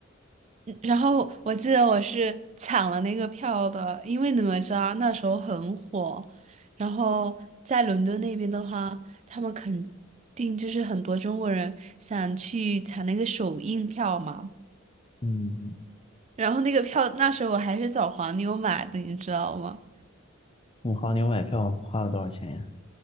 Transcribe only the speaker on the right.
嗯然后我记得我是抢了那个票的，因为哪吒那时候很火，然后在伦敦那边的话，他们肯定就是很多中国人想去抢那个首映票嘛。
然后那个票那时候我还是找黄牛买的，你知道吗？